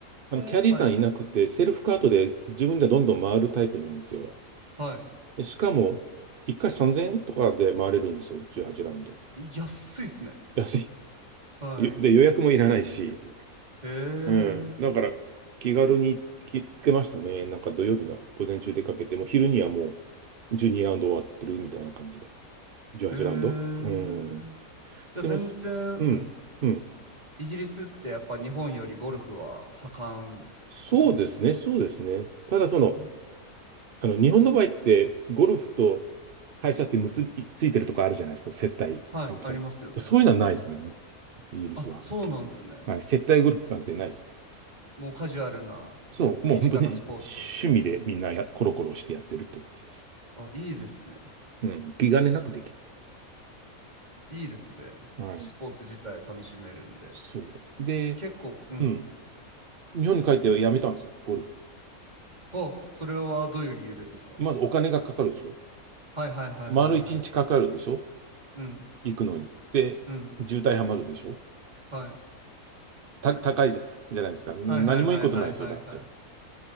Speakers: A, on the right; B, on the right.
A: あの、キャディーさんいなくて、
B: え、はい。
A: セルフカートで自分でどんどん回るタイプなんですよ。
B: は
A: でしかも、1回3000円とかで回れるんですよ、18ラウンド。
B: い。い安いっすね。
A: 安い。
B: はい。
A: で、予約もいらないし。
B: へえ、
A: うん。だから、気軽に行ってましたね。なんか土曜日の午前中出かけて、もう昼にはもう12ラウンド終わってるみたいな感じで。18ラウンドうん。
B: へえ。じゃあ全然、
A: でも、すうん、
B: うん。
A: うん。
B: イギリスってやっぱ日本よりゴルフは盛んってことなんですかね。
A: そうですね、そうですね。ただその、
B: うん。
A: あの、日本の場合って、ゴルフと会社って結びついてるとかあるじゃないですか、接待みたいなの。
B: はい。ありますよね。
A: そういうのはないですね、イギリスは。
B: あ、そうなんですね。
A: はい、接待ゴルフなんてないですよね。
B: もうカジュアルな身近なスポーツとして。
A: そう、もう本当に趣味でみんなやコロコロしてやってるって感じです。
B: あ、いいですね。
A: うん、気兼ねなくできる。
B: いいですね。
A: はい。
B: スポーツ自体楽しめるんで。
A: そう。で、
B: 結構、うん。
A: うん。日本に帰ってやめたんですよ、ゴルフ。
B: お、それはどういう理由でですか
A: まずお金がかかるでしょ。
B: はいはいはいはいはい。
A: 丸一日かかるでしょ。
B: うん、
A: 行くのに。で、
B: うん。
A: 渋滞はまるでしょ。
B: はい。
A: た、高いじゃ、じゃないですか。な何もいいことないですよ、
B: はいはいはいはいはいはい。
A: だって。